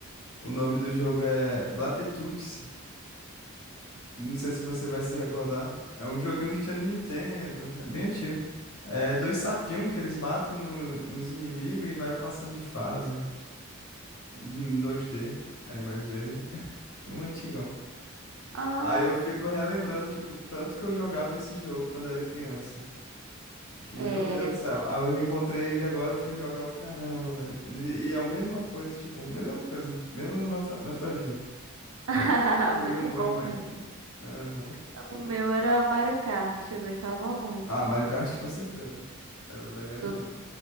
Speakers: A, on the left; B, on the right.
A: o nome do jogo é Blatitudes. Não sei se você vai se recordar. É um joguinho que tinha no Nintendo. É bem antigo. É dois sapinhos que eles batem no- nos inimigos e vai passando de fase. Em 2D, a imagem dele. <laughs> Um antigão.
B: ah,
A: Aí eu fico
B: sim.
A: relembrando, tipo, tanto que eu jogava esse jogo quando era criança. Que,
B: É.
A: meu Deus do céu. Aí eu reencontrei ele agora, eu fui jogar o caramba, velho. E, e é a mesma coisa, tipo, mesma coisa. Mesma nostal- nostalgia.
B: <laughs>
A: Joguei
B: Muito
A: um bom
B: bom,
A: demais.
B: né?
A: <laughs> Aham.
B: O meu era Mario Kart, eu gostava muito.
A: Ah, Mario Kart com certeza. Era legal demais.
B: Do-